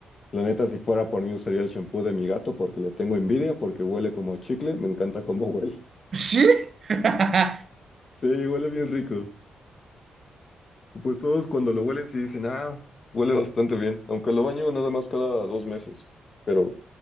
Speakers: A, on the left; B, on the right.
A: La neta, si fuera por mí, usaría el shampoo de mi gato porque le tengo envidia, porque huele como a chicle, me encanta cómo <laughs> huele.
B: <laughs> ¿Sí? <laughs>
A: Sí, huele bien rico. Y Pues todos cuando lo huelen sí dicen, ah, huele bastante bien, aunque lo baño nada más cada dos meses. Pero